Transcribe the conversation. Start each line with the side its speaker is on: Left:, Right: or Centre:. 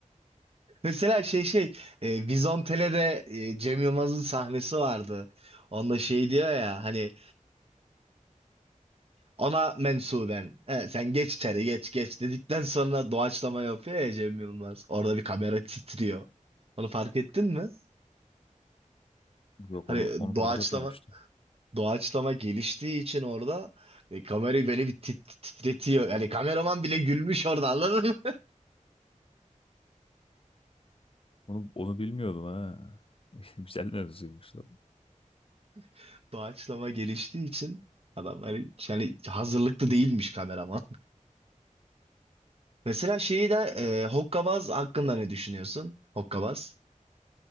Right: Mesela şey şey e, Vizontele'de e, Cem Yılmaz'ın sahnesi vardı. Onda şey diyor ya hani Ona mensuben. He, sen geç içeri geç geç dedikten sonra doğaçlama yapıyor ya Cem Yılmaz. Orada bir kamera titriyor. Onu fark ettin mi?
Left: Yok
Right: Hani
Left: onu onu fark
Right: doğaçlama
Left: etmemiştim.
Right: doğaçlama geliştiği için orada e, kamerayı böyle bir tit- titretiyor. Yani kameraman bile gülmüş orada anladın mı?
Left: Onu onu bilmiyordum ha. <laughs> Güzel mevzuymuş lan.
Right: <laughs> Doğaçlama geliştiği için adam hani, yani hazırlıklı değilmiş kameraman. <laughs> Mesela şeyi de e, Hokkabaz hakkında ne düşünüyorsun? Hokkabaz.